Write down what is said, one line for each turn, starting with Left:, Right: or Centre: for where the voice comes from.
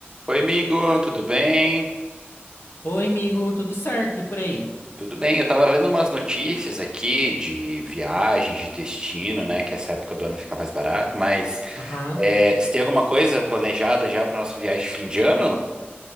Right: Oi, amigo, tudo bem?
Left: Oi, amigo, tudo certo? E por aí?
Right: Tudo bem, eu tava vendo umas notícias aqui de viagens, de destino, né? Que essa época do ano fica mais barato, mas
Left: Aham.
Right: é, você tem alguma coisa planejada já pra nossa viagem de fim de ano?